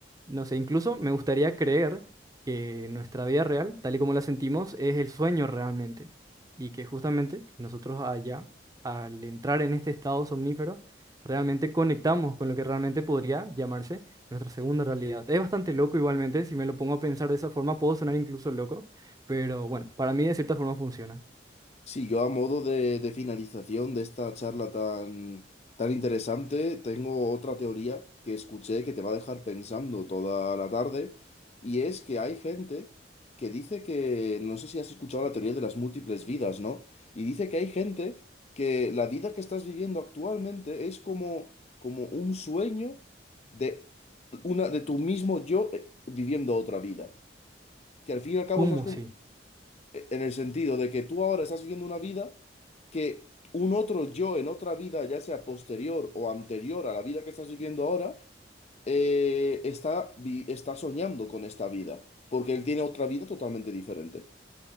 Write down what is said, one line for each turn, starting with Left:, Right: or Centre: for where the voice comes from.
Right: No sé, incluso me gustaría creer que nuestra vida real, tal y como la sentimos, es el sueño realmente y que justamente nosotros allá, al entrar en este estado somnífero, realmente conectamos con lo que realmente podría llamarse nuestra segunda realidad. Es bastante loco igualmente, si me lo pongo a pensar de esa forma, puedo sonar incluso loco, pero bueno, para mí de cierta forma funciona.
Left: Sí, yo a modo de, de finalización de esta charla tan, tan interesante, tengo otra teoría que escuché que te va a dejar pensando toda la tarde, y es que hay gente que dice que, no sé si has escuchado la teoría de las múltiples vidas, ¿no? Y dice que hay gente que la vida que estás viviendo actualmente es como, como un sueño de una, de tu mismo yo eh, viviendo otra vida. Que al fin y al cabo
Right: ¿Cómo
Left: estás como,
Right: sí?
Left: en el sentido de que tú ahora estás viviendo una vida que un otro yo en otra vida, ya sea posterior o anterior a la vida que estás viviendo ahora, eh, está, vi- está soñando con esta vida, porque él tiene otra vida totalmente diferente.